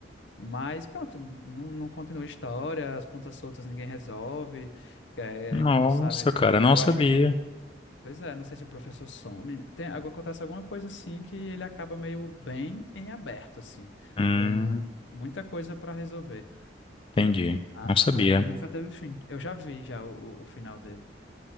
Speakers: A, on the left; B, on the left.
A: Mas pronto, não, não continua a história, as pontas soltas ninguém resolve, é,
B: Nossa,
A: não sabe.
B: cara, não
A: Eu
B: sabia.
A: acho que Pois é, não sei se o professor some. Tem, algo- acontece alguma coisa assim que ele acaba meio bem em aberto, assim,
B: Hum,
A: com muita coisa para resolver.
B: entendi.
A: Ah,
B: Não sabia.
A: aí ele nunca teve fim. Eu já vi já o, o final dele.